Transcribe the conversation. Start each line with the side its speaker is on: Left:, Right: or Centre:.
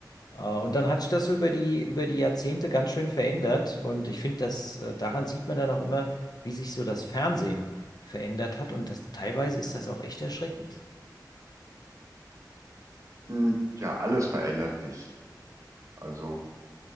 Left: Äh, und dann hat sich das so über die, über die Jahrzehnte ganz schön verändert. Und ich finde, dass äh, daran sieht man dann auch immer, wie sich so das Fernsehen verändert hat. Und das, teilweise ist das auch echt erschreckend.
Right: Hm, ja, alles verändert sich. Also,